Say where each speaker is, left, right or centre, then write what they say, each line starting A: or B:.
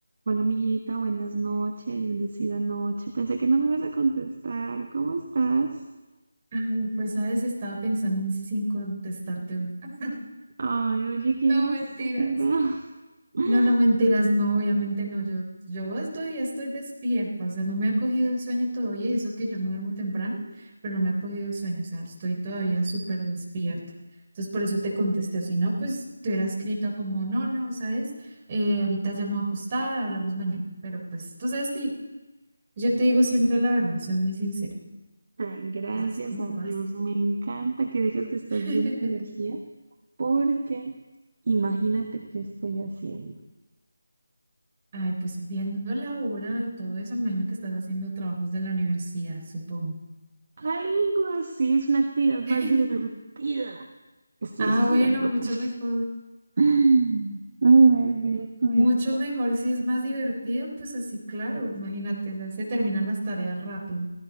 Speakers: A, on the right; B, on the right.
A: Hola amiguita, buenas noches, bendecida noche. Pensé que no me ibas a contestar. ¿Cómo estás?
B: Ay, pues sabes, estaba pensando en si contestarte o no. <laughs>
A: Ay, oye, qué
B: No,
A: grosera.
B: mentiras.
A: <laughs>
B: No, no, mentiras, no, obviamente no. Yo, yo estoy, ya estoy despierta, o sea, no me ha cogido el sueño todavía, y eso que yo me duermo temprano, pero no me ha cogido el sueño, o sea, estoy todavía súper despierta. Entonces, por eso te contesté, o si no, pues te hubiera escrito como, no, no, ¿sabes? Eh, ahorita ya me voy a acostar, hablamos mañana. Pero pues tú sabes que yo te digo siempre la verdad, soy muy sincera.
A: Ah, Gracias
B: Entonces, ¿cómo
A: a Dios,
B: vas?
A: me encanta que digas que estás
B: <laughs>
A: llena de energía, porque imagínate qué estoy haciendo.
B: Ay, pues viendo la hora y todo eso, me imagino que estás haciendo trabajos de la universidad, supongo.
A: Algo así, es una actividad más
B: <laughs>
A: divertida. Estoy
B: Ah,
A: estudiando.
B: bueno, mucho mejor.
A: <laughs> Ay, Estoy estudiando.
B: Mucho mejor si es más divertido, pues así, claro, imagínate, ya se terminan las tareas rápido.